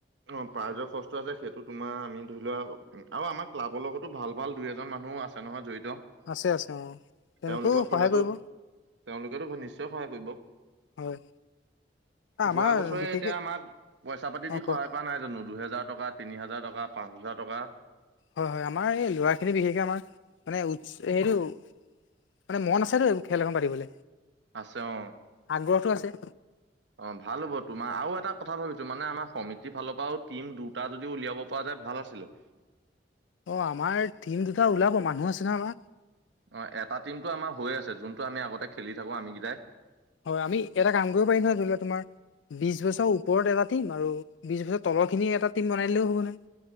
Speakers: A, on the right; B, on the left.
A: অ প্ৰাইজৰ খৰচটো আছে সেইটো তোমাৰ আমি ধৰি ল আও আমাৰ ক্লাবৰ লগতো ভাল ভাল দুই এজন মানুহ আছ- তা নহয় জড়িত।
B: আছে আছে অ তেওঁলোকেও
A: তেওঁলোকক
B: সহায়
A: ক'লেতো
B: কৰিব।
A: তেওঁলোকেতো নিশ্চয় সহায় কৰিব।
B: হয় আমাৰ
A: যোৱা বছৰে
B: বিশেষকে
A: এতিয়া আমাক পইচা পাতি
B: অ
A: দি
B: কোৱা
A: সহায় কৰা নাই জানো দুহেজাৰ টকা, তিনি হাজাৰ টকা, পাঁচ হাজাৰ টকা।
B: হয় হয় আমাৰ এই ল'ৰা খিনি বিশেষকে আমাৰ মানে উৎস এ সেইটো মানে মন আছেটো খেল এখন পাতিবলে।
A: আছে অ।
B: আগ্ৰহটো আছে।
A: অ ভাল হ'ব তোমাৰ আও এটা কথা ভাবিছো মানে আমাৰ সমিতিৰ ফালৰ পৰাও টিম দুটা যদি উলিয়াব পৰা যায় ভাল আছিলে।
B: অ আমাৰ টিম দুটা ওলাব মানুহ আছে নহয় আমাৰ।
A: অ এটা টিমতটো আমাৰ হৈ আছে যোনটো আমি আগতে খেলি থাকো আমি কেইটাই।
B: হয় আমি এটা কাম কৰিব পাৰিম নহয় ধৰি ল তোমাৰ। বিশ বছৰ ওপৰত এটা টিম আৰু বিশ বছৰ তলৰ খিনি এটা টিম বনাই দিলোঁ হ'ব নহয়।